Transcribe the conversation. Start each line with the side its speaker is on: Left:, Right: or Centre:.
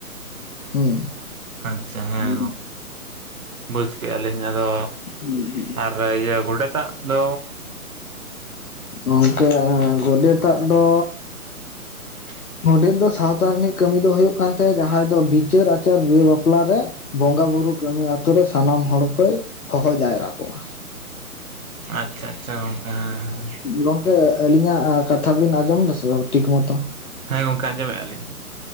Left: ᱦᱩᱸ᱾
Right: ᱟᱪᱪᱷᱟ᱾
Left: <inaudible>
Right: ᱦᱮᱸ ᱵᱩᱡᱽ ᱠᱮᱜ-ᱟ ᱞᱤᱧ ᱟᱫᱚ
Left: ᱩᱸ ᱦᱩᱸ ᱩᱸ᱾
Right: ᱛᱟᱦᱚᱞᱮ ᱤᱭᱟᱹ ᱜᱚᱰᱮᱛᱟᱜ ᱫᱚ
Left: ᱜᱚᱝᱠᱮ ᱟᱸ ᱜᱚᱰᱮᱛᱟᱜ ᱫᱚ
Right: <inaudible>
Left: ᱜᱚᱰᱮᱛ ᱫᱚ ᱥᱟᱶᱛᱟ ᱨᱤᱱᱤᱡ ᱠᱟᱹᱢᱤ ᱫᱚ ᱦᱳᱭᱳᱜ ᱠᱟᱱ ᱛᱟᱭᱟ ᱡᱟᱦᱟᱸᱭ ᱫᱚ ᱵᱤᱪᱟᱹᱨ ᱟᱪᱟᱨ ᱵᱤᱦᱟᱹ ᱵᱟᱯᱞᱟ ᱨᱮ ᱵᱚᱸᱜᱟ ᱵᱩᱨᱩ ᱠᱟᱹᱢᱤ ᱟᱛᱳ ᱨᱮ ᱥᱟᱱᱟᱢ ᱦᱚᱲ ᱠᱚᱭ ᱦᱚᱦᱚ ᱡᱟᱭᱨᱟ ᱠᱚᱣᱟ᱾
Right: ᱟᱪᱪᱷᱟ-ᱟᱪᱪᱷᱟ ᱜᱚᱝᱠᱮ ᱦᱮᱸ ᱦᱮᱸ᱾
Left: ᱜᱚᱝᱠᱮ ᱟᱹᱞᱤᱧᱟᱜ ᱠᱟᱛᱷᱟ ᱵᱤᱱ ᱟᱸᱡᱚᱢ ᱫᱟ ᱥᱮ ᱵᱟᱝ ᱴᱷᱤᱠ ᱢᱚᱛᱚ?
Right: ᱦᱮᱸ ᱜᱚᱝᱠᱮ ᱟᱸᱡᱚᱢᱮᱜ-ᱟ ᱞᱤᱧ᱾